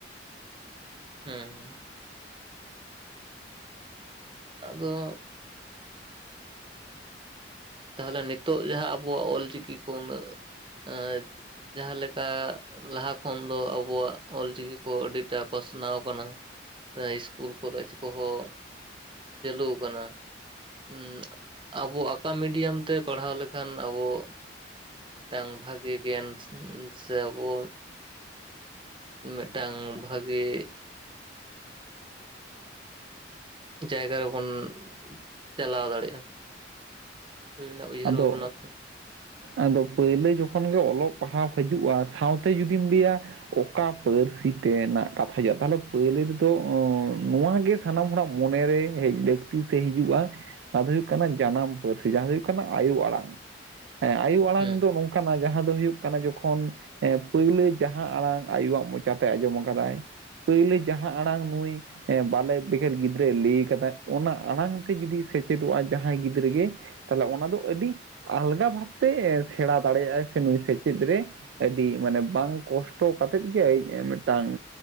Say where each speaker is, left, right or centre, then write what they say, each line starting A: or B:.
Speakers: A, on the right; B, on the right.
A: <inaudible> ᱟᱫᱚ ᱛᱟᱦᱞᱮ ᱱᱤᱛᱚᱜ ᱡᱟᱦᱟᱸ ᱟᱵᱚᱣᱟᱜ ᱚᱞᱪᱤᱠᱤ ᱠᱚ ᱩᱱᱟᱹᱜ ᱮᱸ ᱡᱟᱦᱟᱸ ᱞᱮᱠᱟ ᱞᱟᱦᱟ ᱠᱷᱚᱱ ᱫᱚ ᱟᱵᱚᱣᱟᱜ ᱚᱞᱪᱤᱠᱤ ᱠᱚ ᱟᱹᱰᱤᱴᱟ ᱯᱟᱥᱱᱟᱣ ᱟᱠᱟᱱᱟ᱾ ᱮᱸ ᱤᱥᱠᱩᱞ ᱠᱚᱞᱮᱡᱽ ᱠᱚᱦᱚᱸ ᱪᱟᱹᱞᱩ ᱟᱠᱟᱱᱟ ᱩᱸ ᱟᱵᱚᱣᱟᱜ ᱚᱠᱟ ᱢᱤᱰᱤᱭᱟᱢ ᱛᱮ ᱯᱟᱲᱦᱟᱣ ᱞᱮᱠᱷᱟᱱ ᱟᱵᱚ ᱢᱤᱫᱴᱟᱝ ᱵᱷᱟᱜᱮ ᱜᱮᱭᱟᱱ ᱥᱮ ᱟᱵᱚ ᱩᱸ ᱢᱤᱫᱴᱟᱝ ᱵᱷᱟᱜᱮ ᱡᱟᱭᱜᱟ ᱨᱮᱵᱚᱱ ᱪᱟᱞᱟᱣ ᱫᱟᱲᱮᱜᱼᱟ᱾ ᱟᱵᱮᱱᱟᱜ ᱩᱭᱦᱟᱹᱨ
B: ᱟᱫᱚ
A: ᱵᱷᱟᱵᱽᱱᱟ ᱛᱮ᱾
B: ᱟᱫᱚ ᱯᱟᱹᱭᱞᱟᱹ ᱡᱚᱠᱷᱚᱱ ᱜᱮ ᱚᱞᱚᱜ ᱯᱟᱲᱦᱟᱣ ᱦᱤᱡᱩᱜᱼᱟ ᱥᱟᱶᱛᱮ ᱡᱩᱫᱤᱢ ᱞᱮᱭᱟ ᱚᱠᱟ ᱯᱟᱹᱨᱥᱤ ᱛᱮᱱᱟᱜ ᱠᱟᱛᱷᱟ ᱦᱤᱡᱩᱜᱼᱟ ᱛᱟᱦᱚᱞᱮ ᱯᱟᱹᱭᱞᱟᱹ ᱨᱮᱫᱚ ᱚᱸ ᱱᱚᱣᱟ ᱜᱮ ᱥᱟᱱᱟᱢ ᱦᱚᱲᱟᱜ ᱢᱚᱱᱮ ᱨᱮ ᱦᱮᱡ ᱞᱟᱹᱠᱛᱤ ᱥᱮ ᱦᱤᱡᱩᱜᱼᱟ ᱚᱱᱟ ᱫᱚ ᱦᱩᱭᱩᱜ ᱠᱟᱱᱟ ᱡᱟᱱᱟᱢ ᱯᱟᱹᱨᱥᱤ ᱡᱟᱦᱟᱸ ᱦᱩᱭᱩᱜ ᱠᱟᱱᱟ ᱟᱭᱳ ᱟᱲᱟᱝ ᱟᱭᱳ ᱟᱲᱟᱝ
A: ᱦᱩᱸ
B: ᱫᱚ ᱱᱚᱝᱠᱟᱱᱟ ᱡᱟᱦᱟᱸ ᱫᱚ ᱦᱩᱭᱩᱜ ᱠᱟᱱᱟ ᱡᱚᱠᱷᱚᱱ ᱮᱸ ᱯᱟᱹᱭᱞᱟᱹ ᱡᱟᱦᱟᱸ ᱟᱲᱟᱝ ᱟᱭᱳᱣᱟᱜ ᱢᱚᱪᱟᱛᱮᱭ ᱟᱸᱡᱚᱢ ᱟᱠᱟᱫᱟᱭ ᱯᱟᱹᱭᱞᱟᱹ ᱡᱟᱦᱟᱸ ᱟᱲᱟᱝ ᱱᱩᱭ ᱮᱸ ᱵᱟᱞᱮ ᱵᱮᱠᱮᱨ ᱜᱤᱫᱽᱨᱟᱹᱭ ᱞᱮᱭ ᱠᱟᱫᱟᱭ ᱚᱱᱟ ᱟᱲᱟᱝ ᱛᱮ ᱡᱩᱫᱤ ᱥᱮᱪᱮᱫᱚᱜᱼᱟ ᱡᱟᱦᱟᱸᱭ ᱜᱤᱫᱽᱨᱟᱹ ᱜᱮ ᱛᱟᱦᱚᱞᱮ ᱚᱱᱟ ᱫᱚ ᱟᱹᱰᱤ ᱟᱞᱜᱟ ᱵᱷᱟᱵᱽᱛᱮ ᱥᱮᱲᱟ ᱫᱟᱲᱮᱭᱟᱜᱼᱟᱭ ᱥᱮ ᱱᱩᱭ ᱥᱮᱪᱮᱫ ᱨᱮ ᱟᱹᱰᱤ ᱢᱟᱱᱮ ᱵᱟᱝ ᱠᱚᱥᱴᱚ ᱠᱟᱛᱮᱫ ᱜᱮ ᱢᱤᱫᱴᱟᱝ